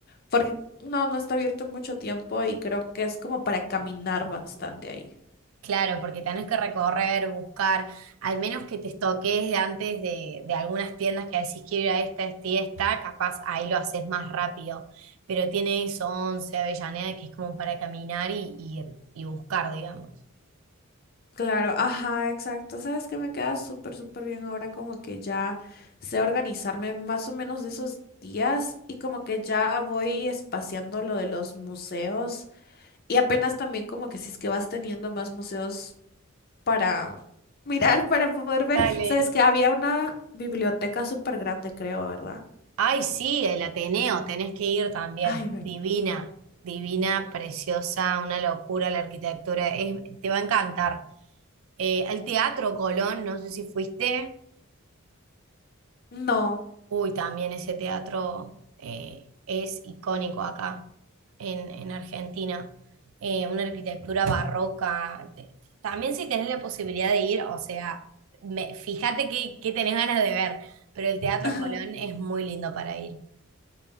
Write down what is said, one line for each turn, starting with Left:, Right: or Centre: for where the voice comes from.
Left: porque no, no está abierto mucho tiempo y creo que es como para caminar bastante ahí.
Right: Claro, porque tenés que recorrer, buscar, al menos que te estoques de antes de, de algunas tiendas que decís quiero ir a esta, esta y esta, capaz ahí lo haces más rápido. Pero tiene eso, 11 Avellaneda, que es como para caminar y, y, y buscar, digamos.
Left: Claro, ajá, exacto. Sabes que me queda súper, súper bien ahora como que ya sé organizarme más o menos de esos días y como que ya voy espaciando lo de los museos y apenas también como que si es que vas teniendo más museos para <laughs> mirar, para poder ver.
Right: Dale.
Left: Sabes que había una biblioteca súper grande, creo, ¿verdad?
Right: Ay, sí, el Ateneo, tenés que ir también.
Left: Ay, ¿verdad?
Right: Divina, divina, preciosa, una locura la arquitectura, es- te va a encantar. Eh, al Teatro Colón, no sé si fuiste.
Left: No.
Right: Uy, también ese teatro eh, es icónico acá en, en Argentina. Eh, una arquitectura barroca. Te- También si tenés la posibilidad de ir, o sea, me- fíjate qué, qué tenés ganas de ver, pero el Teatro
Left: <laughs>
Right: Colón es muy lindo para ir.